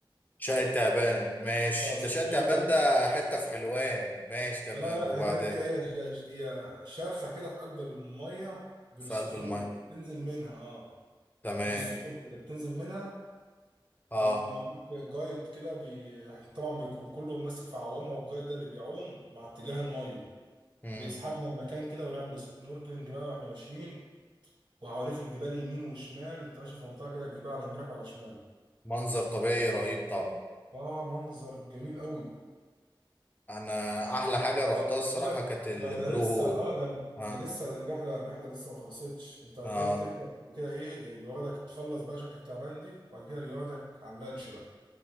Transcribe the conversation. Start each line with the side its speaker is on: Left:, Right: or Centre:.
Left: شقة تعبان ماشي
Right: اه صخور
Left: ده شقة تعبان
Right: كده
Left: ده حتة في حلوان ماشي تمام
Right: لا لا
Left: وبعدين
Right: هناك كده هي هي هي شرخة كده في قلب المية بين
Left: في
Right: الصخور
Left: قلب الماء
Right: تنزل منها اه
Left: تمام
Right: بين الصخور كده بتنزل منها
Left: اه
Right: ويكون معاك جايد كده بي... يعني طبعا بيكون كله ماسك في عوامة والجايد ده اللي بيعوم مع اتجاه المية
Left: امم
Right: بيسحبنا المكان كده ونعمل سنوركلينج بقى واحنا ماشيين وحواليك الجبال يمين وشمال انت ماشي في منطقة كده الجبال على يمينك وعلى شمالك
Left: منظر طبيعي رهيب طبعا
Right: اه منظر جميل قوي
Left: انا احلى حاجه رحتها
Right: بعد
Left: الصراحه
Right: كده
Left: كانت البلو
Right: ما ده لسه
Left: هول
Right: اه ده
Left: اه
Right: ده لسه ده الرحله الرحله لسه ما خلصتش انت بعد
Left: اه
Right: كده بتركب وكده ايه يجي واخدك تخلص بقى شقه تعبان دي وبعد كده يجي واخدك على اللانش بقى